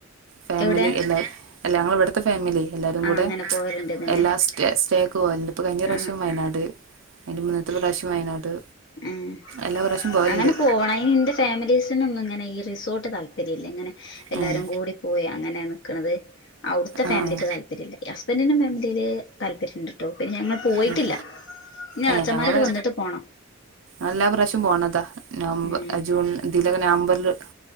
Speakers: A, on the right (about 65°); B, on the left (about 60°).
A: ഫാമിലി
B: എവിടെ
A: എല്ലാ അല്ല ഞങ്ങള് ഇവിടുത്തെ ഫാമിലി എല്ലാരും
B: ആ
A: കൂടെ
B: അങ്ങനെ പോവലുണ്ടന്നല്ലേ
A: എല്ലാ സ്റ്റേ സ്റ്റേക്ക് പോവലുണ്ട് ഇപ്പൊ കഴിഞ്ഞ പ്രാവശ്യം
B: ആ
A: വയനാട് അയിന്റെ മുന്നത്തെ പ്രാവശ്യം വയനാട്
B: ഉം
A: എല്ലാ പ്രാവശ്യം പോവലുണ്ട്
B: അങ്ങനെ പോവണം അയിന് ഇന്റെ ഫാമിലീസിനൊന്നും ഇങ്ങനെ ഈ റിസോർട്ട് താല്പര്യല്ല ഇങ്ങനെ എല്ലാരും
A: ഉം
B: കൂടി പോയി അങ്ങനെ നിക്ണത് അവിടുത്തെ
A: ആഹ്
B: ഫാമിലിക്ക്
A: ആഹ്
B: താല്പര്യല്ല, ഈ ഹസ്ബന്റിന്റെ ഫാമിലീല് താല്പര്യംണ്ട്ട്ടോ, പിന്നെ ഞങ്ങൾ പോയിട്ടില്ല
A: ഉം
B: ഇനി
A: ഏഹ്
B: എളച്ചന്മാരൊക്കെ
A: ഞങ്ങള്
B: വന്ന്ട്ട് പോണം.
A: എല്ലാ പ്രാവശ്യം പോണതാ നവംബർ
B: ഉം
A: ജൂൺ ഇതിലൊക്കെ നവംബറില്